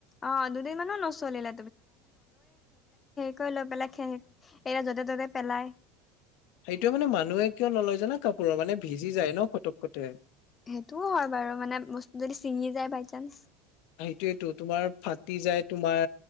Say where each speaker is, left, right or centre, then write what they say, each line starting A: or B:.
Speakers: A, on the left (about 25°); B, on the left (about 65°).
A: অ দুদিন মানো নচলিলে কৈ লৈ পেলাই এয়া য'তে ত'তে পেলাই
B: সেইটোৱে মানে মানুহে কিয় নলয় যানা কাপোৰৰ মানে ভিজি যায় ন ফটক কটে
A: সেইটোও হয় বাৰু মানে বস্তু যদি ছিঙি যায় বাই চান্স
B: সেইটোৱেটো তোমাৰ ফাটি যায় তোমাৰ